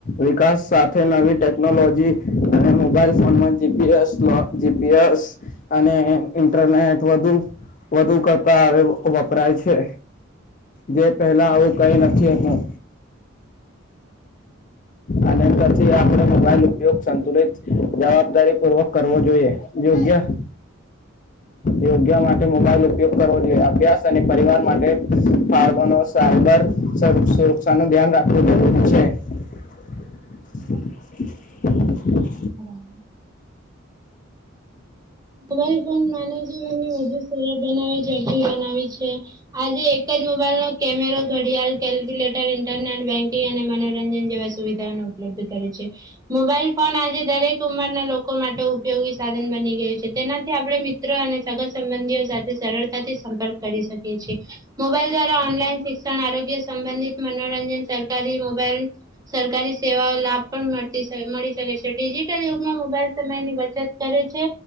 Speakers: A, on the left; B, on the right.
A: વિકાસ સાથે નવી ટેકનોલોજી અને મોબાઈલ ફોનમાં સ જીપીએસ અને ઇન્ટરનેટ વધુ વધુ કરતા આવે વપરાય છે જે પહેલા આવું કઈ નથીતું અને પછી આપણે મોબાઈલ ઉપયોગ સંતુલિત જવાબદારી પૂર્વક કરવો જોઈએ અ્યા
B: <inaudible>
A: યોગ્ય માટે મોબાઈલ ઉપયોગ કરવો જોઈએ અભ્યાસ અને પરિવાર માટે ફાળવાનો સાયબર સર સુરક્ષા નું ધ્યાન રાખવું જરૂરી છે
B: <inaudible>
A: <unintelligible>
B: હા મોબાઈલ ફોન માનવ જીવન વધુ સરળ બનાવી ઝડપી બનાવી છે આજે એક જ મોબાઈલ નો કેમેરો ઘડિયાળ કેલ્ક્યુલેટર ઇન્ટરનેટ બેન્કિંગ અને મનોરંજન જેવા સુવિધાઓ ન ઉપ કરે છે મોબાઈલ ફોન આજે દરેક ઉંમરના લોકો માટે ઉપયોગી સાધન બની ગયું છે તેનાથી આપણે મિત્રો અને સગન સંબંધીઓ સાથે સરળતાથી સંપર્ક કરી શકીએ છીએ મોબાઈલ દ્વારા ઓનલાઈન શિક્ષણ આરોગ્ય સંબંધિત મનોરંજન સરકારી મોબાઈલ સરકારી સેવાઓ લાભ પણ મળતી મળી શકે છે ડિજિટલ યુગમાં મોબાઈલ સમયની બચત કરે છે